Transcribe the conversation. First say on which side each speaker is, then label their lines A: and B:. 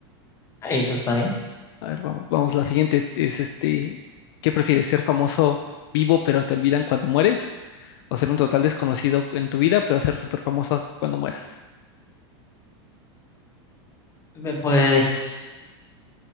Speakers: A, on the left; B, on the left.
A: eso está bien.
B: A ver, vamos, vamos, la siguiente es este, ¿qué prefieres, ser famoso vivo pero te olvidan cuando mueres? ¿O ser un total desconocido en tu vida pero ser súper famoso cuando mueras?
A: Ve, Pues